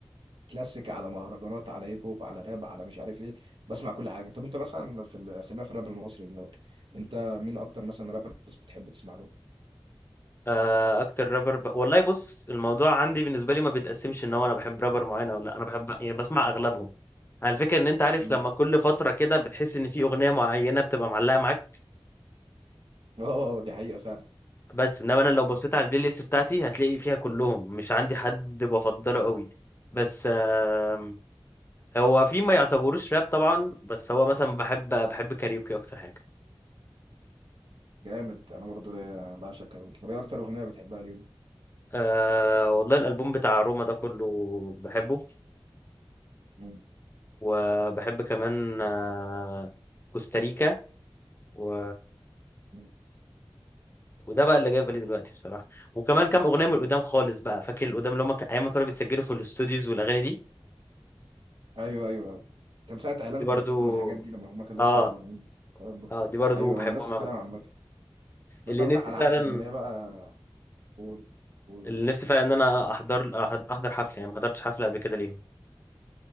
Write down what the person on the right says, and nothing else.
كلاسيك على مهرجانات على هيب هوب على راب على مش عارف ايه بسمع كل حاجه طب انت مثلا في ال... خلينا في الراب المصري دلوقتي انت مين اكتر مثلا رابرز بتحب تسمع له
مم.
اه دي حقيقه فعلا
جامد انا برضو ليا- انا بعشق كاروكي طب ايه اكتر اغنيه بتحبها ليهم
مم.
مم.
ايوه ايوه أيوة. كان ساعه اعلان
فودافون
والحاجات دي لما هما كانوا
لسه صغيرين الكلام ده
ايوه
نفس الكلام
عامه بس
انا
انا
عكسك انا ليا بقى قول قول قول.